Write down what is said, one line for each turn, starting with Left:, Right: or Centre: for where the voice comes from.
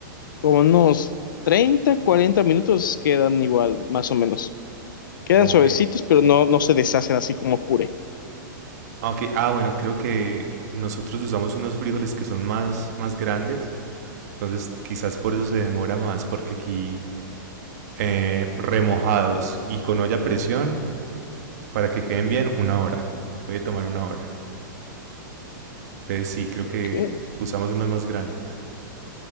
Left: como unos 30, 40 minutos quedan igual, más o menos. Quedan
Right: Ok.
Left: suavecitos,
Right: Ah,
Left: pero no, no se deshacen así como puré.
Right: Ok, ah, bueno, creo que nosotros usamos unos frijoles que son más, más grandes. Entonces quizás por eso se demora más, porque aquí eh, remojados y con olla a presión, para que queden bien, una hora. Puede tomar una hora. Entonces sí, creo
Left: Ok.
Right: que usamos unos más grandes.